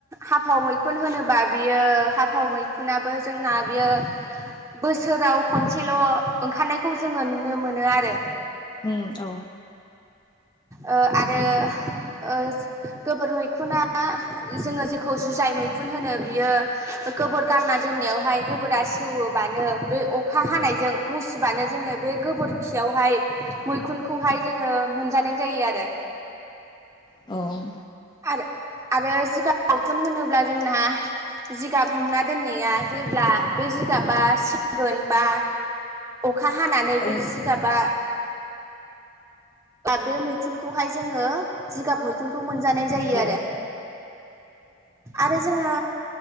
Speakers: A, on the right (about 15°); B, on the left (about 20°).
A: हाफाव मैखुन होनोबा बियो हाफाव मैखुनाबो जोंना बियो बोसोराव खनसेल' ओंखारनायखौ जोङो नुनो मोनो आरो।
B: उ औ।
A: ओ आरो ओ गोबोर मैखुना जोङो जि खौ जुजाय मैखुन होनो बियो गोबोर गारना दोननायावहाय गोबोरा सेवोबानो बे अखा हानायजों मुसिबानो जोङो बे गोबोर खियावहाय मैखुनखौहाय जोङो मोनजानाय जायो आरो।
B: औ।
A: आर आरो जिगाब मैखुन होनोब्ला जोंना जिगाब हुंना दोननाया जेब्ला बे जिगाबा सेवगोन बा अखा हानानै
B: उम
A: बे जिगाबा बे मैखुनखौहाय जोङो जिगाब मैखुनखौ मोन जानाय जायो
B: औ
A: आरो। आरो जोङो